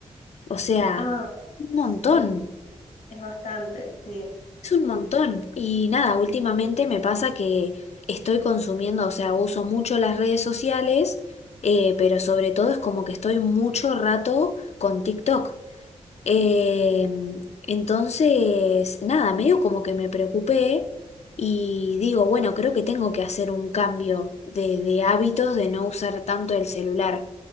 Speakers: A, on the left; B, on the left.
A: o sea,
B: Ah,
A: un
B: sí,
A: montón.
B: es bastante, sí.
A: Es un montón. Y nada, últimamente me pasa que estoy consumiendo, o sea, uso mucho las redes sociales, eh, pero sobre todo es como que estoy mucho rato con TikTok. Eh, entonces, nada, medio como que me preocupé y digo, bueno, creo que tengo que hacer un cambio de, de hábitos de no usar tanto el celular,